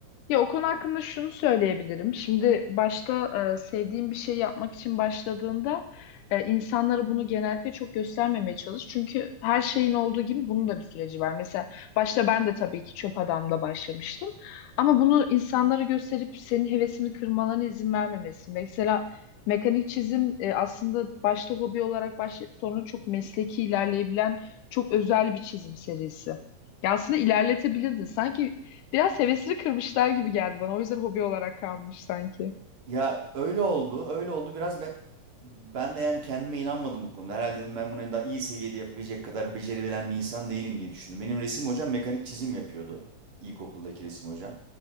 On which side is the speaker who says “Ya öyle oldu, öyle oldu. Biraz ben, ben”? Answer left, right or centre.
Right